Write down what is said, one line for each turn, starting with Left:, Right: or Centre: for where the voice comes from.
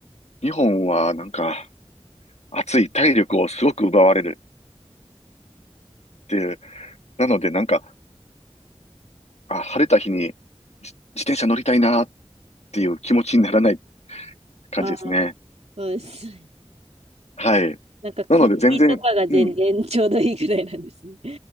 Left: 日本はなんか暑い体力をすごく奪われるっていう。なのでなんか、あ、晴れた日にじ自転車乗りたいなっていう気持ちにならない感じですね。
Right: ああ、そうです。<laughs>
Left: はい。
Right: なんか曇りとかが全然ちょうどいいぐらいなんですね。
Left: なので全然、うん。